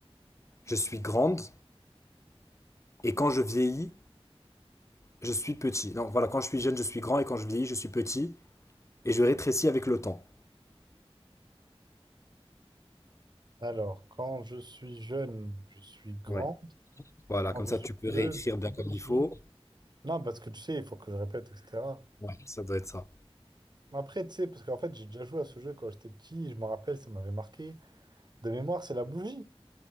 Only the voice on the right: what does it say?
Alors, quand je suis jeune, je suis grand.
Et quand
je
suis
peu,
je suis petit.
Non, parce que tu sais, il faut que je répète, etc.
Après, tu sais, parce qu'en fait, j'ai déjà joué à ce jeu quand j'étais petit, et je me rappelle, ça m'avait marqué. De mémoire, c'est la bougie.